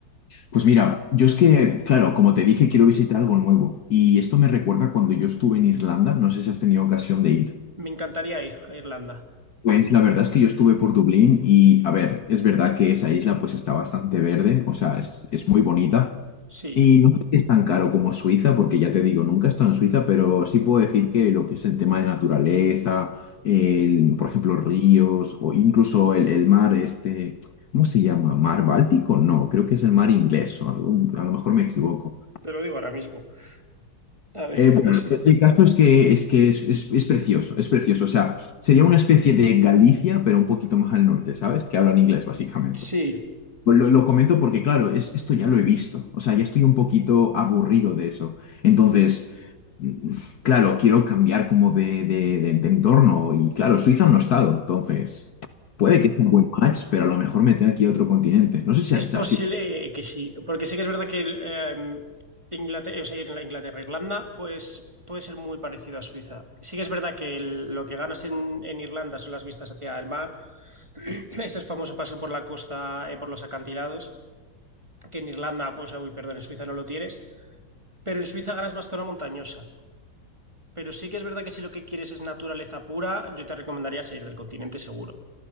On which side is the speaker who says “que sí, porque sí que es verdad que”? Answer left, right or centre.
Right